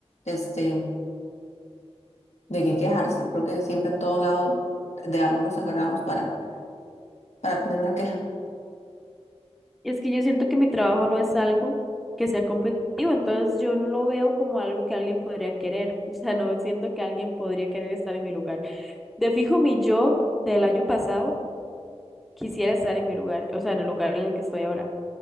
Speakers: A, on the left; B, in the centre.
A: este, de qué quejarse. Creo que siempre en todo lado de algo nos agarramos para, para tener una queja.
B: Es que yo siento que mi trabajo no es algo que sea competitivo, entonces yo no lo veo como algo que alguien podría querer. <laughs> O sea, no siento que alguien podría querer estar en mi lugar. De fijo, mi yo del año pasado quisiera estar en mi lugar, o sea, en el lugar en el que estoy ahora.